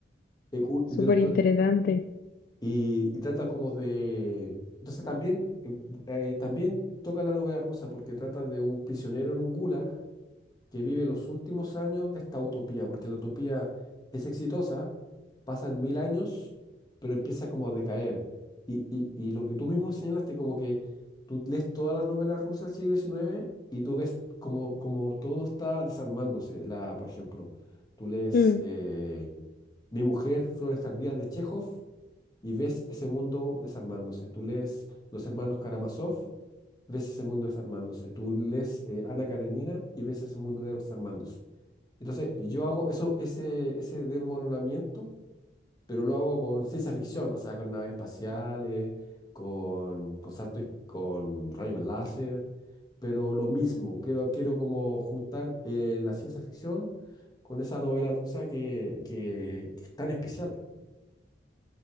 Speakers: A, on the left; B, on the left.
A: eh, cu- de
B: Súper
A: los, pla-
B: interesante.
A: y, y trata como de... Entonces también, eh, bu- eh, también toca la novela rusa porque trata de un prisionero en un gulag que vive los últimos años de esta utopía, porque la utopía es exitosa, pasan mil años, pero empieza como a decaer. Y, y, y lo que tú mismo señalaste, como que tú lees todas las novelas rusas del siglo XIX y tú ves como, como todo está desarmándose. La, por ejemplo, tú lees...
B: Mm,
A: eh, mi mujer, Flores tardías de Chekhov, y ves ese mundo desarmándose. Tú lees Los hermanos Karamazov, ves ese mundo desarmándose. Tú lees eh, Ana Karenina y ves ese mundo desarmándose. Entonces, yo hago eso, ese, ese desmoronamiento, pero lo hago con ciencia ficción, o sea, con naves espaciales, con, con saltos, y- con rayos láser, pero lo mismo. Quiero, quiero como juntar eh, la ciencia ficción con esa novela rusa que, que que es tan especial.